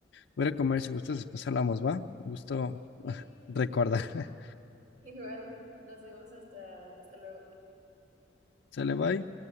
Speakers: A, on the left (about 80°); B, on the right (about 45°).
A: voy a ir a comer. Si gustas, después hablamos, ¿va? Un gusto <laughs>
B: Sí,
A: recordar. <laughs>
B: <laughs> igual, nos vemos hasta, hasta luego.
A: Sale, bye.